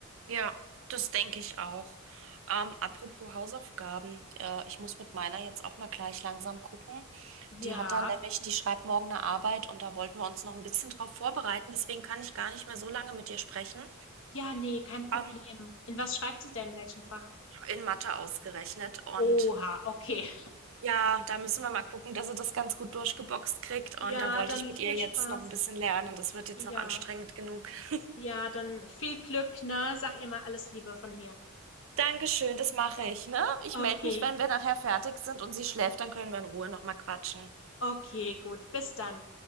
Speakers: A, on the right; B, on the left.
A: Ja, das denke ich auch. Ähm, apropos Hausaufgaben, äh, ich muss mit meiner jetzt auch mal gleich langsam gucken.
B: Ja,
A: Die hat dann nämlich, die schreibt morgen eine Arbeit und da wollten wir uns noch ein bisschen drauf vorbereiten. Deswegen kann ich gar nicht mehr so lange mit dir sprechen.
B: ja, nee, kein Problem.
A: Ähm,
B: In was schreibt sie denn, in welchem Fach?
A: in Mathe ausgerechnet. Und
B: Oha, okay.
A: ja, da müssen wir mal gucken, dass sie das ganz gut durchgeboxt kriegt.
B: Ja,
A: Und da wollte
B: dann
A: ich mit
B: viel
A: ihr
B: Spaß.
A: jetzt noch ein bisschen lernen. Das wird jetzt
B: Ja.
A: noch anstrengend genug. <laughs>
B: Ja, dann viel Glück, ne? Sag immer alles Liebe von mir.
A: Dankeschön, das mache ich, ne? Ich
B: Okay,
A: melde mich, wenn wir nachher fertig sind und sie schläft, dann können wir in Ruhe nochmal quatschen.
B: okay, gut. Bis dann.